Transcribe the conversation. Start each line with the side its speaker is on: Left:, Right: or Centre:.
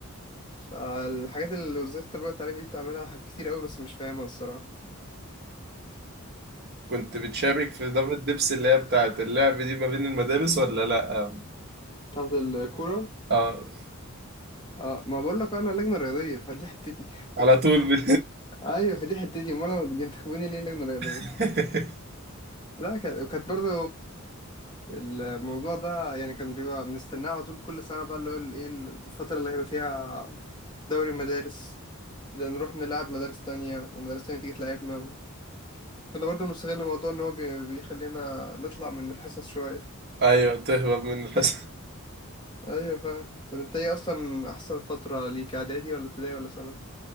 Left: آه، الحاجات اللي وزارة التربية والتعليم دي بتعملها حاجات كتير قوي بس مش فاهمها الصراحة
Right: كنت بتشارك في دورة دبس اللي هي بتاعت اللعب دي ما بين المدارس ولا لأ اه
Left: بتاعت الكورة
Right: آه،
Left: اه ما بقول لك انا لجنة رياضية فدي حتتي
Right: على طول ب...
Left: <laughs> ايوه فدي حتتي امال انا بينتخبوني ليه لجنة رياضية
Right: <laughs>
Left: لا كانت كانت برضو الموضوع ده يعني كان بيبقى بنستناه على طول كل سنة بقى اللي هو ال- ايه الفترة اللي هيبقى فيها دوري مدارس نروح نلعب مدارس تانية ومدارس تانية تيجي تلعبنا و... كنا برضه بنستغل الموضوع إن هو بي... بيخلينا نطلع من الحصص شوية
Right: ايوه تهرب من الحصة
Left: أيوة فعلا طب أنت إيه أصلا أحسن فترة ليك إعدادي ولا ابتدائي ولا ثانوي؟